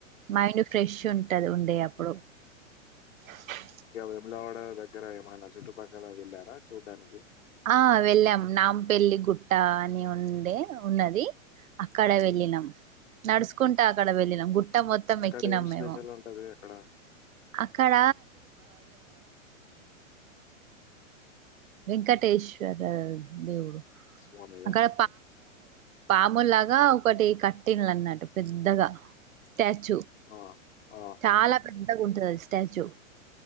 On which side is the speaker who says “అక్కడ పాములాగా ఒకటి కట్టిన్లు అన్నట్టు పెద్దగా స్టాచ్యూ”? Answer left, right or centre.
Right